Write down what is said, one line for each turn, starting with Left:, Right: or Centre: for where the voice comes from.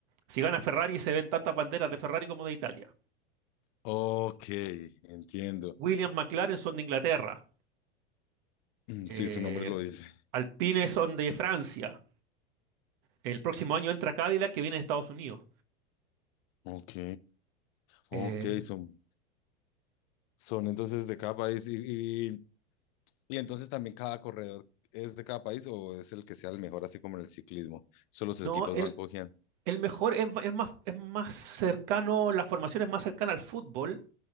Right: si gana Ferrari se ven tantas banderas de Ferrari como de Italia.
Left: ok, entiendo.
Right: Williams McLaren son de Inglaterra.
Left: Mm,
Right: eh,
Left: Sí, su nombre lo dice.
Right: Alpine son de Francia. El próximo año entra Cadillac que viene de Estados Unidos.
Left: Ok, ok,
Right: Eh,
Left: son, son entonces de cada país Y entonces también cada corredor es de cada país o es el que sea el mejor, así como en el ciclismo. Solo los equipos
Right: no, el,
Left: van cogiendo.
Right: el mejor es, es más, es más cercano, la formación es más cercana al fútbol.